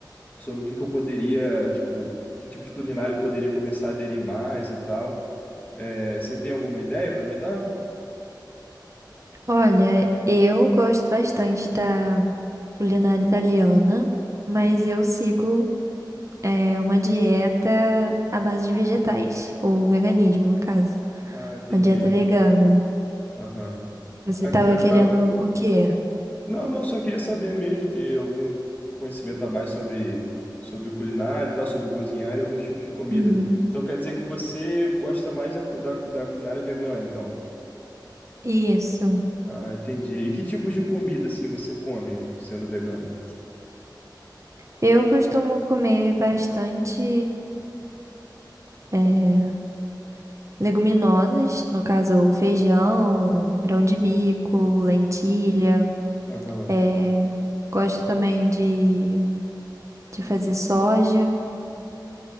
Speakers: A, on the left; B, on the right.
A: sobre o que que eu poderia, tipo, que tipo de culinária eu poderia começar a aderir mais e tal. É, você tem alguma ideia para me dar?
B: Olha, eu gosto bastante da culinária italiana, mas eu sigo é, uma dieta à base de vegetais, ou veganismo, no caso.
A: Ah, entendi.
B: Uma dieta vegana.
A: Aham.
B: Você
A: Ah,
B: estava
A: que legal.
B: querendo o quê?
A: Não, não, só queria saber mesmo, ter algum conhecimento a mais sobre, sobre culinária e tal, sobre cozinhar e alguns tipos de comida.
B: Uhum.
A: Então quer dizer que você gosta mais da, cu- da, da culinária vegana, então.
B: Isso.
A: Ah, entendi. E que tipos de comida, assim, você come sendo vegana?
B: Eu costumo comer bastante. é, Leguminosas, no caso, feijão, grão de bico, lentilha.
A: Aham.
B: É, gosto também de, de fazer soja.